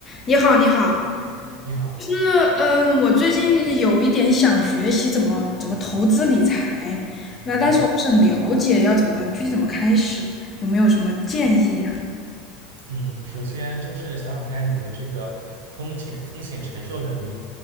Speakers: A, on the left; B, on the right.
A: 你好，你好，
B: 你好，
A: 就是嗯，我最近有一点想学习怎么怎么投资理财，那但是我不是很了解要怎么具体怎么开始，
B: 嗯
A: 有没有什么建议啊？
B: 嗯，首先就是想想看你的这个风险风险承受能力，